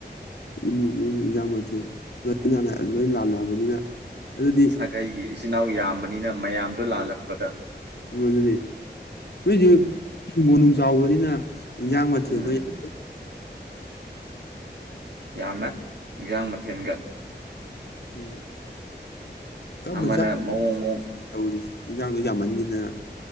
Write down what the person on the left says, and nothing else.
ꯏꯃꯨꯡ ꯏꯃꯨꯡ ꯏꯟꯖꯥꯡ ꯃꯊꯦꯜ ꯂꯣꯏ ꯅꯥ ꯂꯣꯏ ꯂꯥꯟꯅꯕꯅꯤꯅ ꯑꯗꯨꯗꯤ
ꯎꯝ ꯑꯗꯨꯅꯤ ꯅꯣꯏꯗꯤ
ꯍꯤꯡꯒꯣꯜ ꯅꯨꯡ ꯆꯥꯎꯕꯅꯤꯅ ꯏꯟꯖꯥꯡ ꯃꯊꯦꯟꯗꯣ
<unintelligible> <inaudible>
ꯑꯣ ꯀꯔꯝꯕ
ꯆꯥ
ꯇꯧꯔꯤꯁꯦ ꯏꯟꯖꯥꯡꯗꯣ ꯌꯥꯝꯃꯟꯈꯤꯗꯅ